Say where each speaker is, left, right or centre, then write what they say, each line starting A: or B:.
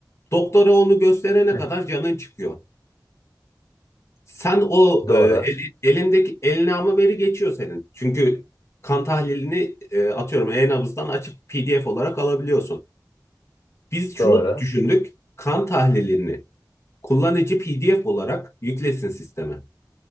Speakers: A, on the left (about 40°); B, on the left (about 80°).
A: Doktora onu gösterene
B: Hı.
A: kadar canın çıkıyor. Sen o
B: Doğru,
A: e, eli- elindeki eline ama veri geçiyor senin. Çünkü kan tahlilini e, atıyorum e-nabızdan açıp PDF olarak alabiliyorsun. Biz şunu
B: doğru,
A: düşündük. Kan tahlilini kullanıcı PDF olarak yüklesin sisteme.